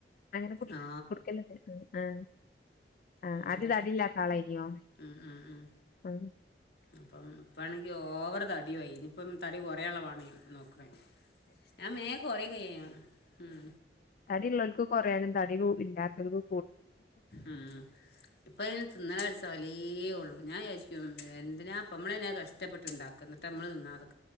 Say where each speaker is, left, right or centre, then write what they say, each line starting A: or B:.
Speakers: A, on the left; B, on the left.
A: ങ്ങനെ കുടി
B: ആ
A: കുടിക്കല്ണ്ട് എ ആ ആ
B: അങ്ങനെ
A: ആദ്യ തടില്ലാത്ത ആളായിനിയോ
B: തടിച്ചതാ
A: ഉം
B: അപ്പം ഇപ്പാണെങ്കി ഓവർ തടിയുവായി. ന് ഇപ്പം തടി കൊറയാളവാണ്യ നോക്കണെ ഞാൻ വേം കൊറേക്കെ യ്യും ഉം
A: തടി ള്ളോൽക്ക് കൊറയാനും തടി കൂടി ഇല്ലാത്തോൽക്ക്
B: ഉം ഇപ്പയിന് തിന്ന്ണൊരു സലീ ഒ തു ഞാവിജാരിച്ചും എന്തിനാപ്പ മ്മളന്നെ കഷ്ടപ്പെട്ടുണ്ടാക്ക ന്നിട്ട് നമ്മള് തിന്നാതെ